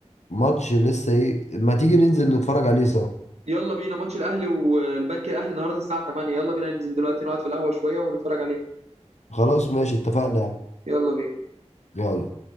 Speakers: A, on the left (about 80°); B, on the right (about 70°).
A: ماتش لسه ايه ما تيجي ننزل نتفرج عليه سوا
B: يلا بينا ماتش الاهلي والبنك الاهلي النهارده الساعه 8 يلا بينا ننزل دلوقتي نقعد في القهوه شويه ونتفرج عليه
A: خلاص ماشي اتفقنا يعني.
B: يلا بينا
A: يلا